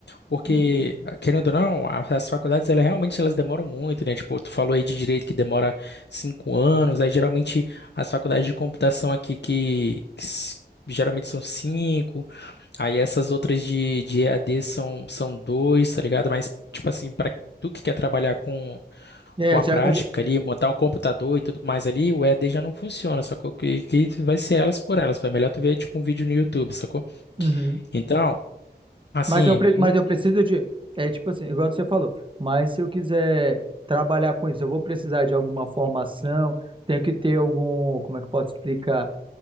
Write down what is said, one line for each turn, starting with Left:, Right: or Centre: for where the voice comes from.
Left: Porque,
Right: uhum.
Left: querendo ou não, a- as faculdades, elas realmente elas demoram muito, né? Tipo, tu falou aí de direito que demora cinco anos, aí geralmente as faculdades de computação aqui que que s- geralmente são cinco. Aí essas outras de, de EAD são, são dois, tá ligado? Mas, tipo assim, para tu que quer trabalhar com,
Right: É,
Left: com a
Right: já,
Left: prática
Right: eu, já-
Left: ali, montar um computador e tudo mais ali, o EAD já não funciona, sacou? Que, que vai ser elas por elas. É melhor tu ver, tipo, um vídeo no YouTube, sacou?
Right: uhum.
Left: Então, assim,
Right: Mas eu, pre- mas
Left: um,
Right: eu preciso de. É tipo assim, igual você falou. Mas se eu quiser trabalhar com isso, eu vou precisar de alguma formação, tenho que ter algum. Como é que eu posso explicar?